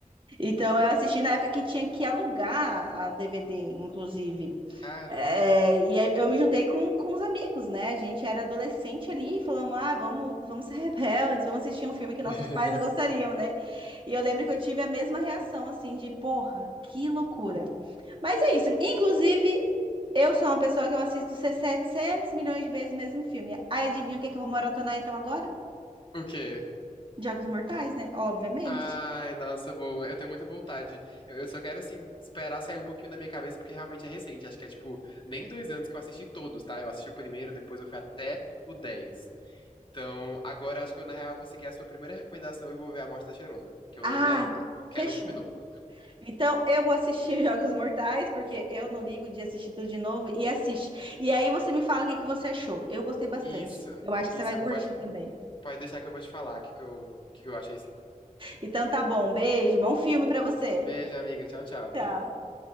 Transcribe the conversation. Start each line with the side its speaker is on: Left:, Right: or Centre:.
Right: Então eu assisti na época que tinha que alugar a DVD, inclusive.
Left: Caramba.
Right: É, e aí eu me juntei com, com os amigos, né? A gente era adolescente ali, falamos, ah, vamos, vamos ser rebeldes, vamos assistir um filme que
Left: <laughs>
Right: nossos pais não gostariam, né? E eu lembro que eu tive a mesma reação, assim, de, porra, que loucura. Mas é isso. Inclusive, eu sou uma pessoa que eu assisto 700 milhões de vezes o mesmo filme. Aí adivinha o que que eu vou maratonar então agora?
Left: O quê?
Right: Jogos Mortais, né? Obviamente.
Left: Ai, nossa, bom. Eu tenho muita vontade. Eu, eu só quero, assim, esperar sair um pouquinho da minha cabeça, porque realmente é recente. Acho que é, tipo, nem dois anos que eu assisti todos, tá? Eu assisti o primeiro, depois eu fui até o 10. Então, agora eu acho que eu, na real, vou seguir a sua primeira recomendação e vou ver A Morte da Cheirona, que eu
Right: Ah,
Left: não vi ainda. Quero
Right: fechou.
Left: um filme novo.
Right: Então eu vou assistir <laughs> Jogos Mortais, porque eu não ligo de assistir tudo de novo e assiste. E aí você me fala o que que você achou. Eu gostei bastante.
Left: Isso,
Right: Eu acho que
Left: isso.
Right: você vai curtir
Left: Pode,
Right: também.
Left: pode deixar que eu vou te falar o que, que eu, o que, que eu achei, sim.
Right: Então tá bom. Beijo, bom filme pra você.
Left: Beijo, amiga. Tchau, tchau,
Right: Tchau.
Left: viu?